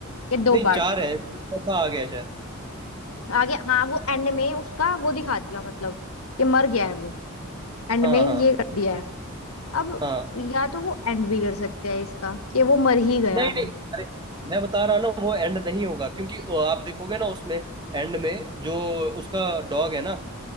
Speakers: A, on the left; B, on the right.
A: या दो
B: नहीं
A: पार्ट
B: चार है चौथा आ गया शायद
A: आगे हाँ वो एंड में उसका वो दिखा दिया मतलब कि मर गया है वो एंड
B: हाँ
A: में
B: हाँ
A: ये कर दिया है अब
B: हाँ
A: या तो वो एंड भी कर सकते हैं इसका कि वो मर ही गया
B: नहीं नहीं
A: है
B: अरे मैं बता रहा हूँ ना वो एंड नहीं होगा क्योंकि वो आप देखोगे ना उसमें एंड में जो उसका डॉग है ना